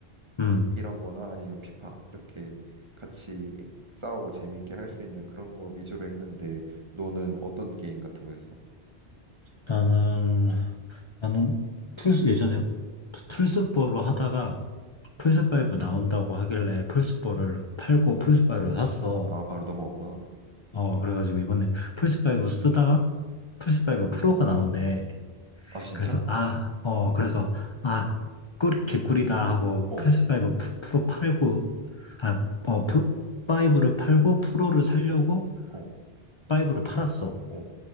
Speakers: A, on the left (about 40°); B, on the right (about 25°).
A: 음,
B: 이런 거나 아니면 피파 이렇게 같이 싸우고 재미있게 할 수 있는 그런 걸 위주로 했는데 너는 어떤 게임 같은 거 했어?
A: 나는, 나는 플스 예전에 플스포로 하다가 플스5 나온다고 하길래 플스4를
B: 응?
A: 팔고 플스5로 샀어.
B: 아, 바로 넘어갔구나.
A: 어, 그래가지고 이번에 플스5 쓰다가 플스5 프로가 나온대.
B: 아, 진짜?
A: 그래서, 아, 어, 그래서, 아, 꿀, 개꿀이다 하고
B: 어.
A: 플스5 프- 프로 팔고, 아, 어, 프로, 5를 팔고 프로를 살려고
B: 어.
A: 파이브를 팔았어.
B: 어,